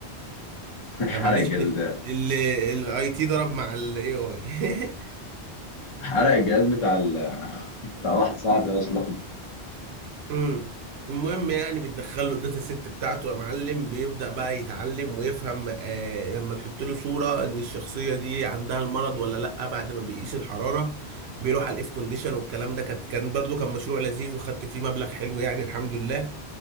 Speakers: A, on the left (about 35°); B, on the right (about 75°).
A: <laughs>
B: آه،
A: حرق
B: معلش
A: الجهاز بتاعي
B: الاي تي ضرب مع الاي اي <laughs>
A: حرق الجهاز بتاع ال... بتاع واحد صاحبي اصلا
B: امم المهم يعني بتدخل له الداتا سيت بتاعته يا معلم بيبدأ بقى يتعلم ويفهم آه لما تحط له صورة ان الشخصية دي عندها المرض ولا لا بعد ما بيقيس الحرارة بيروح على الاف كونديشن والكلام ده كانت كان برضو كان مشروع لذيذ وخدت فيه مبلغ حلو يعني الحمد لله